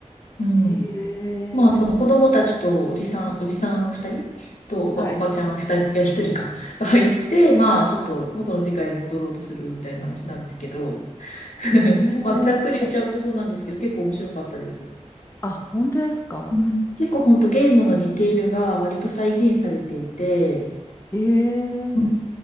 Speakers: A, on the left; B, on the left.
A: うん。
B: へ
A: まあ、
B: え。
A: その子供たちとおじさん、おじさん二人とおば、
B: はい。
A: おばちゃん二人、いや、一人か、が入って、まあ、ちょっと元の世界に戻ろうとするみたいな話なんですけど、<laughs>
B: ええお、
A: まあ、ざっくり言っちゃうとそうなんですけど、結構面白かったです。
B: あ、本当ですか。
A: うん結構本当ゲームのディテールが割と再現されていて、
B: ええ
A: うん